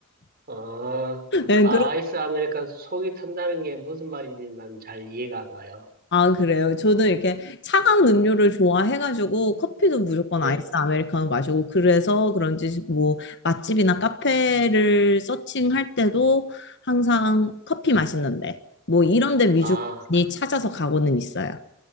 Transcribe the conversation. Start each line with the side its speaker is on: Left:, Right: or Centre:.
Right: 어,
Left: <laughs> 네,
Right: 아, 아이스 아메리카 속이 탄다는 게 무슨 말인지 난 잘 이해가 안 가요.
Left: 아, 그래요. 저는 이렇게 차가운 음료를 좋아해가지고 커피도 무조건
Right: 예.
Left: 아이스 아메리카노 마시고 그래서 그런지 뭐 맛집이나 카페를 서칭할 때도 항상 커피 맛있는데 뭐 이런 데 위주로
Right: 아,
Left: 많이 찾아서 가고는 있어요.